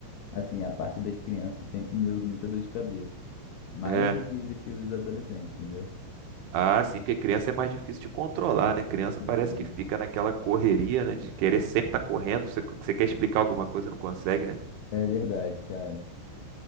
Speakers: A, on the left; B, on the right.
A: assim, a parte das crianças sempre me deu muita dor de cabeça. Mais
B: É.
A: do que, do que os adolescentes, entendeu?
B: Ah, sim, porque criança é mais difícil de controlar, né? Criança
A: Sim,
B: parece que fica naquela correria, né? De querer sempre estar correndo. Você, você quer explicar alguma coisa, e não consegue, né?
A: é verdade, cara.